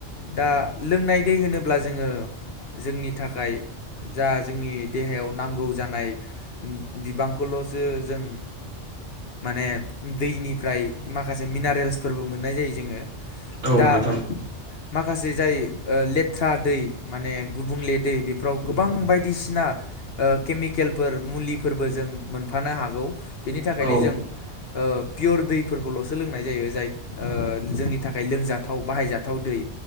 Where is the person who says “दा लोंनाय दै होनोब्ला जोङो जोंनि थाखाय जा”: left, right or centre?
Left